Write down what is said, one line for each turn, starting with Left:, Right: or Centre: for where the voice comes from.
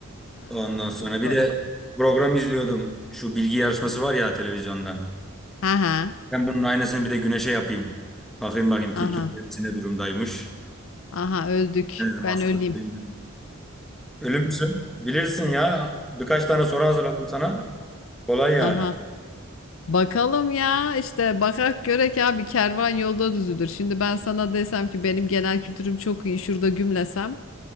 Left: Aa,
Centre: Ondan sonra
Left: goy
Centre: bir
Left: goy.
Centre: de program izliyordum. Şu bilgi yarışması var ya televizyonda.
Left: Aha.
Centre: Ben bunun aynısını bir de Güneş'e yapayım. Bakayım bakayım kültür
Left: Aha.
Centre: seviyesi ne durumdaymış.
Left: Aha öldük.
Centre: Dedim
Left: Ben
Centre: hasta
Left: öleyim.
Centre: kılayım dedim. Ölü müsün? Bilirsin ya. Birkaç tane soru hazırladım sana. Kolay yani.
Left: Aha. Bakalım ya işte bakak görek abi kervan yolda düzülür. Şimdi ben sana desem ki benim genel kültürüm çok iyi şurada gümlesem